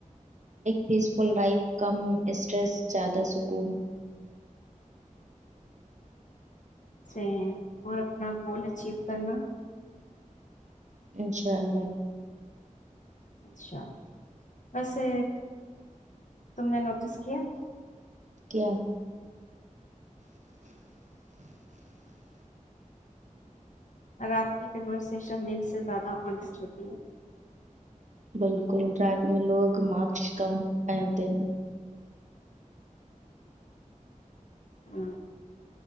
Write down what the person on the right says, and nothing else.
پیس فل لائف کم اسٹریس زیادہ سکون
انشاء اللہ
کیا <inaudible>
بالکل رات میں لوگ ماس کم پہنتے ہیں